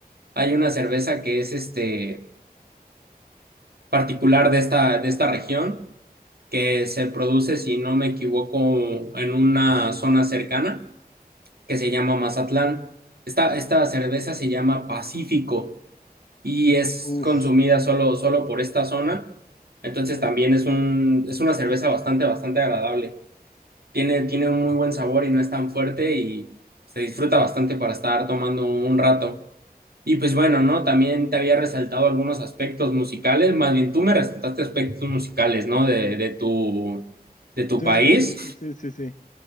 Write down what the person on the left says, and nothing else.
uff.
Sí,
sí, sí, sí, sí, sí.